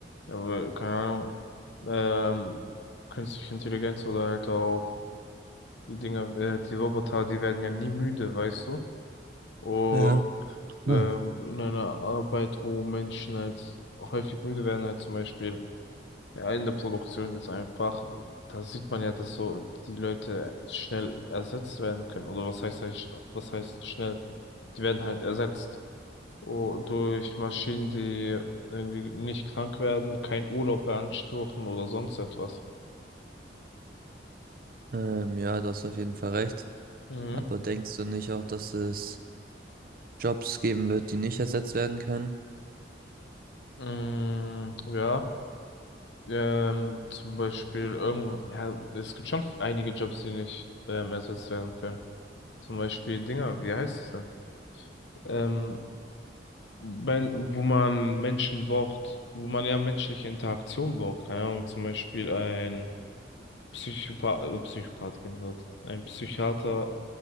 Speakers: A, on the left; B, on the right.
A: aber keine Ahnung, ähm, künstliche Intelligenz oder halt auch die Dinger äh, die Roboter, die werden ja nie müde, weißt du? Und
B: Ja.
A: ähm,
B: Ah.
A: in einer Arbeit, wo Menschen halt häufig müde werden, halt zum Beispiel ja, in der Produktion jetzt einfach, da sieht man ja, dass so die Leute schnell ersetzt werden können. Oder was heißt halt, sch- was heißt schnell? Die werden halt ersetzt. Oh, durch Maschinen, die irgendwie nicht krank werden, keinen Urlaub beanspruchen oder sonst etwas.
B: Ähm, ja, da hast du auf jeden Fall recht.
A: Mhm.
B: Aber denkst du nicht auch, dass es Jobs geben wird, die nicht ersetzt werden können?
A: Mm, ja, ähm, zum Beispiel irgend, ja, es gibt schon einige Jobs, die nicht ähm, ersetzt werden können. Zum Beispiel Dinger, wie heißt es denn? Ähm, wenn, wo man Menschen braucht, wo man ja menschliche Interaktion braucht. Keine Ahnung, zum Beispiel ein Psychopath, äh, Psychopath, kein Wort, ein Psychiater